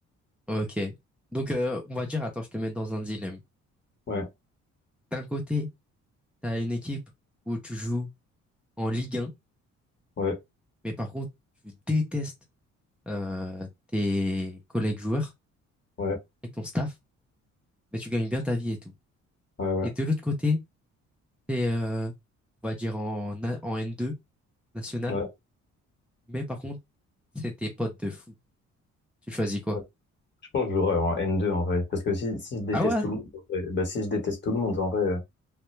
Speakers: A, in the centre; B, on the left.
A: Ok. Donc, euh, on va dire, attends, je te mets dans un dilemme.
B: Ouais,
A: D'un côté, t'as une équipe où tu joues en Ligue 1,
B: ouais,
A: mais par contre, tu détestes euh, tes collègues joueurs
B: ouais.
A: et ton staff, mais tu gagnes bien ta vie et tout.
B: ouais, ouais.
A: Et de l'autre côté, t'es, euh, on va dire, en, na- en N2 national,
B: Ouais,
A: mais par contre, c'est tes potes de fou. Tu choisis quoi?
B: ouais. Je pense que j'aurais un n deux en vrai. Parce que si, si je déteste
A: Ah ouais?
B: tout le monde, en vrai- bah si je déteste tout le monde en vrai, euh,